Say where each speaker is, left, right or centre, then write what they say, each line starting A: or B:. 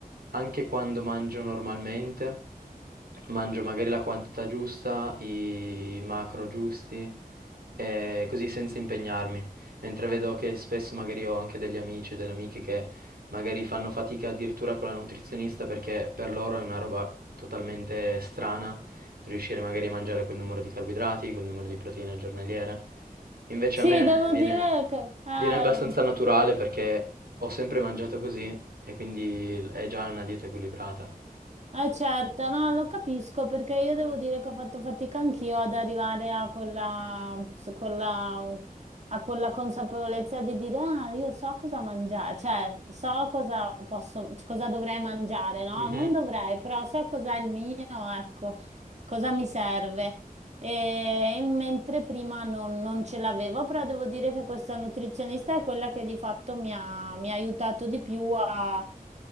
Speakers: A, on the right (about 90°); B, on the right (about 45°).
A: anche quando mangio normalmente, mangio magari la quantità giusta, i macro giusti, e così senza impegnarmi. Mentre vedo che spesso magari ho anche degli amici e delle amiche che magari fanno fatica addirittura con la nutrizionista perché per loro è una roba totalmente strana riuscire magari a mangiare quel numero di carboidrati, quel numero di proteine giornaliere. Invece
B: Sì,
A: a me
B: devo
A: viene,
B: dire che... Eh,
A: viene abbastanza naturale perché ho sempre mangiato così e quindi l- è già una dieta equilibrata.
B: eh, certo, no, lo capisco perché io devo dire che ho fatto fatica anch'io ad arrivare a quella, s- quella- a quella consapevolezza di dire, ah, io so cosa mangiare, cioè so cosa posso, cosa dovrei mangiare, no?
A: Mhm,
B: Non dovrei, però so cos'è il mio, ecco, cosa mi serve. E mentre prima non, non ce l'avevo, però devo dire che questa nutrizionista è quella che di fatto mi ha, mi ha aiutato di più a,